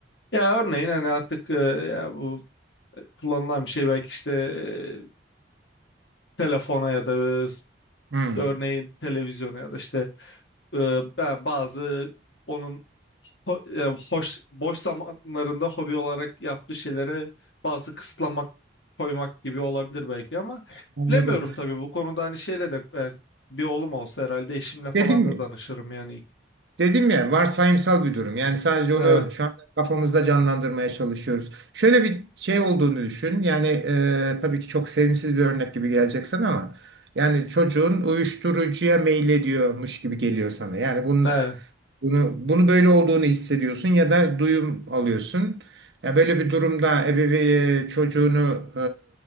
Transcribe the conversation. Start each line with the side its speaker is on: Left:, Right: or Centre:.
Left: Ya örneğin hani artık e, ya bu kullanılan bir şey belki işte e, telefona ya da e,
Right: Hmm.
Left: örneğin televizyona ya da işte e, ben bazı onun ho- e, hoş boş zamanlarında hobi olarak yaptığı şeylere bazı kısıtlamak koymak gibi olabilir belki ama
Right: anladım.
Left: bilemiyorum tabii bu konuda hani şeyle de yani bir oğlum olsa herhalde eşimle falan
Right: Dedim mi?
Left: da danışırım yani.
Right: Dedim ya varsayımsal bir durum. Yani sadece onu
Left: Evet,
Right: şu an kafamızda canlandırmaya çalışıyoruz. Şöyle bir şey olduğunu düşün. Yani e, tabii ki çok sevimsiz bir örnek gibi gelecek sana ama yani çocuğun uyuşturucuya meylediyormuş gibi geliyor sana. Yani bunun
Left: evet.
Right: bunu, bunu böyle olduğunu hissediyorsun ya da duyum alıyorsun. Ya böyle bir durumda ebeveyn çocuğunu